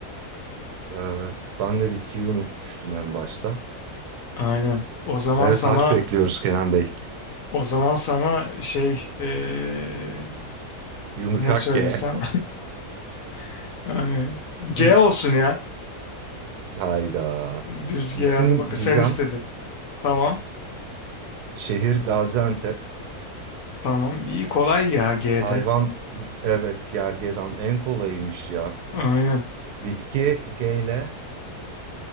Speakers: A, on the right (about 80°); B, on the left (about 65°).
A: Evet. Ben de bitkiyi unutmuştum en başta.
B: Aynen, o zaman
A: Evet
B: sana,
A: harf bekliyoruz Kenan Bey.
B: o zaman sana şey, eee,
A: Yumuşak
B: Ne söylesem?
A: G.
B: <laughs> Ay,
A: <laughs>
B: G olsun ya.
A: Hayda.
B: Düz
A: İsim
B: G hadi bak
A: Gizem.
B: sen istedin. Tamam.
A: Şehir Gaziantep.
B: Tamam. İyi kolay ya G'de.
A: Hayvan evet gergedan en kolayıymış ya.
B: Aynen.
A: Bitki G ile